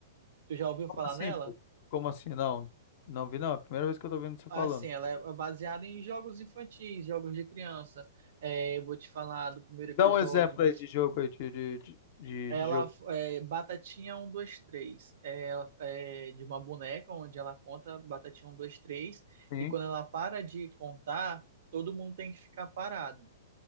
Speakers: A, on the right (about 60°); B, on the left (about 50°).
A: Tu já ouviu
B: Como
A: falar
B: assim,
A: nela?
B: pô? Como assim? Não. Não vi, não. É a primeira vez que eu tô vendo você falando.
A: Assim, ela é baseada em jogos infantis, jogos de criança. É, eu vou te falar do primeiro
B: Dá
A: episódio
B: um exemplo aí de jogo aí, de, de, de, de-
A: Ela
B: de jogo.
A: é Batatinha um 2 três É, ela- é de uma boneca onde ela conta Batatinha um 2 três
B: Sim.
A: E quando ela para de contar, todo mundo tem que ficar parado